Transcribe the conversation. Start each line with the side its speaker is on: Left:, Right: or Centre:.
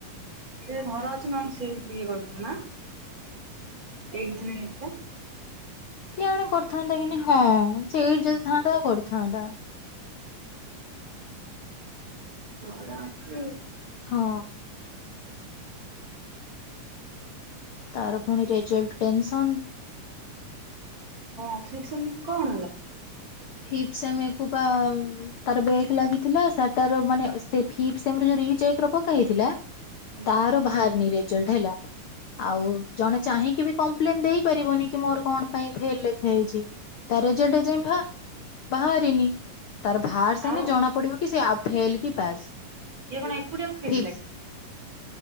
Right: ସେ ଘର ଅଛନ୍ତି ନା ଆମେ ସେଏ ବି ଇଏ କରିଥାନା ଏ ଦିନ ନେଇଥିଲା
Left: କିଏ ଆଣେ କରିଥାନ୍ତା କି ନ ହଁ ସେ ଏଇଠି ଯଦି ଥାନ୍ତା କରିଥାନ୍ତା।
Right: ଭଲ ଅଛି।
Left: ହଁ। ତାର ପୁଣି ରେଜଲ୍ଟ ଟେନ୍ସନ୍।
Right: ହଁ <unintelligible> କଣ ହେଲା?
Left: ଫିପ୍ ସେମିକୁ ପା ତାର ବେକ୍ ଲାଗିଥିଲା, ସେଟାର ମାନେ ସେ ଫିପ୍ ସେମି ର ଯୋଉ ରି ଚେକ୍ ରେ ପକାହେଇଥିଲା
Right: ହୁଁ।
Left: ତାର ଭାର୍ନି ରେଜଲ୍ଟ ହେଲା। ଆଉ ଜଣେ ଚାହିଁକି ବି କମ୍ପ୍ଲେନ୍ ଦେଇପାରିବନି କି ମୋର କଣ ପାଇଁ ଫେଲ୍ ଲେଖା ଯାଇଚି, ତା ରେଜଲ୍ଟ ଏ ଯାଏ ଭାର୍ ବାହାରିନି ତାର ଭାର୍ ସାଇନେ
Right: ଆଉ
Left: ଜଣା ପଡିବ କି ସେ ଆ ଫେଲ୍ କି ପାସ୍।
Right: ଇଏ କଣ ଏକୁଟିଆ <inaudible>
Left: ଫିଫ୍ଥ